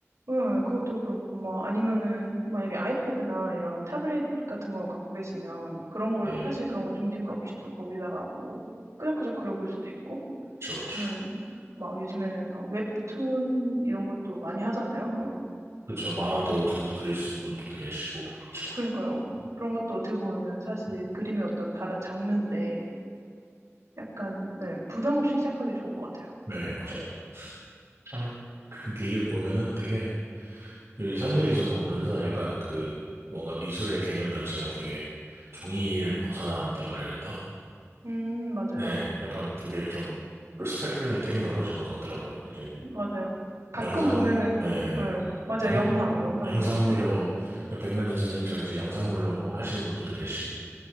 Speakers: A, on the right; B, on the right.
A: 응, 그것도 그렇고 막 아니면은 만약에 아이패드나 이런 타블릿 같은 거 갖고 계시면 그런 걸
B: 네,
A: 사실 그런 거 준비물 없이도 거기다가 뭐 끄적끄적 그려볼 수도 있고
B: 그렇죠, 그렇죠.
A: 보면은 막 요즘에는 막 웹툰 이런 것도 많이 하잖아요.
B: 그렇죠. 만화도
A: 저 그-
B: 또 그릴 수 있는 분들도 계시고, 그렇죠.
A: 그러니까요. 그런 것도 어떻게 보면은 사실 그림의 어떤 다른 장르인데 약간 네, 부담 없이 시작하기 좋은 것 같아요.
B: 네, 맞아요. 참, 그게 이걸 보면은 되게 그 현대미술로 오면서 약간 그 뭔가 미술의 개념 자체가 되게 종이를 벗어난다 그래야 되나?
A: 음, 맞아요.
B: 네, 약간 되게 좀 그 스펙트럼이 되게 넓어진 것 같더라고요. 이제 뭐
A: 맞아요. 가끔
B: 영상,
A: 보면은
B: 네네.
A: 네, 맞아요.
B: 영,
A: 영상, 영상도.
B: 영상물로
A: 네.
B: 백남준 선생님처럼 이제 영상물로 뭐 하시는 분들도 계시고